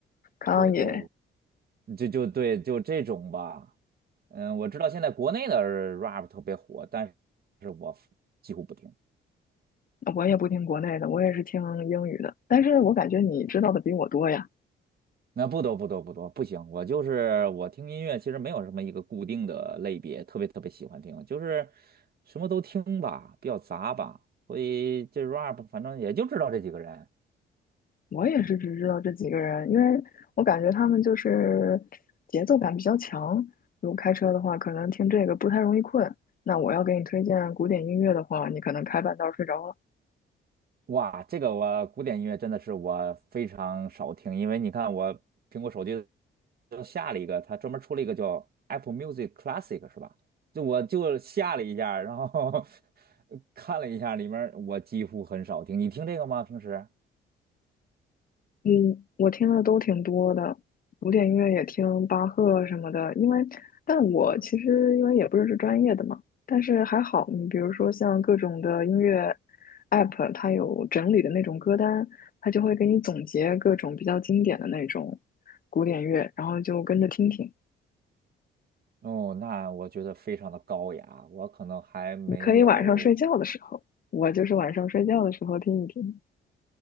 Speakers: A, on the left; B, on the right.
A: 康也，
B: 对对，就就对就这种吧。嗯，我知道现在国内的 rap 特别火，但是我几乎不听。
A: 我也不听国内的，我也是听英语的。但是我感觉你知道的比我多呀，
B: 那不多不多不多，不行，我就是我听音乐，其实没有什么一个固定的类别，特别特别喜欢听，就是什么都听吧，比较杂吧，所以这 rap 反正也就知道这几个人，
A: 我也是只知道这几个人，因为我感觉他们就是节奏感比较强。如果开车的话，可能听这个不太容易困。那我要给你推荐古典音乐的话，你可能开半道儿睡着了。
B: 哇，这个我古典音乐真的是我非常少听，因为你看我苹果手机都下了一个，它专门出了一个叫 Apple Music Classic 是吧？就我就下了一下，然后 <laughs> 看了一下里面儿我几乎很少听。你听这个吗？平时？
A: 嗯，我听的都挺多的，古典音乐也听巴赫什么的。因为，但我其实因为也不是是专业的嘛，但是还好，你比如说像各种的音乐 app，它有整理的那种歌单，它就会给你总结各种比较经典的那种古典乐，然后就跟着听听。
B: 哦，那我觉得非常的高雅，我可能还没有，
A: 你可以晚上睡觉的时候，我就是晚上睡觉的时候听一听，